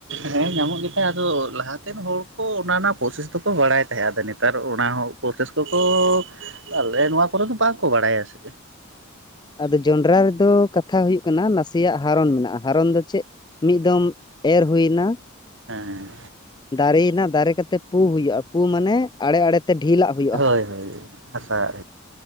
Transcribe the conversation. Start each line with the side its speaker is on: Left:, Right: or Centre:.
Right: ᱦᱮᱸ ᱧᱟᱢᱚᱜ ᱜᱤᱛᱷᱮᱸ ᱟᱫᱚ ᱞᱟᱦᱟ ᱛᱮᱱ ᱦᱚᱲ ᱠᱚ ᱚᱱᱟ ᱨᱮᱱᱟᱜ ᱯᱚᱨᱥᱮᱥ ᱫᱚᱠᱚ ᱵᱟᱲᱟᱭ ᱛᱟᱦᱮᱸᱜ-ᱟ ᱟᱫᱚ ᱱᱮᱛᱟᱨ ᱚᱱᱟ ᱦᱚᱸ ᱯᱚᱨᱥᱮᱥ ᱠᱚᱠᱚ ᱟᱞᱮ ᱱᱚᱣᱟ ᱠᱚᱨᱮ ᱫᱚ ᱵᱟᱝ ᱠᱚ ᱵᱟᱲᱟᱭᱟ ᱥᱮ
Left: ᱟᱫᱚ ᱡᱚᱱᱰᱨᱟ ᱨᱮᱫᱚ ᱠᱟᱛᱷᱟ ᱦᱩᱭᱩᱜ ᱠᱟᱱᱟ ᱱᱟᱥᱤᱭᱟᱜ ᱦᱟᱨᱚᱱ ᱢᱮᱱᱟᱜᱼᱟ ᱦᱟᱨᱚᱱ ᱫᱚ ᱪᱮᱜ ᱢᱤᱜ ᱫᱚᱢ ᱮᱨ ᱦᱩᱭᱱᱟ
Right: ᱦᱮᱸ
Left: ᱫᱟᱨᱤᱭᱱᱟ ᱫᱟᱨᱮ ᱠᱟᱛᱮᱜ ᱯᱩ ᱦᱩᱭᱩᱜᱼᱟ ᱯᱩ ᱢᱟᱱᱮ ᱟᱲᱮ ᱟᱲᱮ ᱛᱮ ᱰᱷᱤᱞᱟᱜ ᱦᱩᱭᱩᱜ
Right: ᱦᱳᱭ ᱦᱳᱭ ᱟᱥᱟ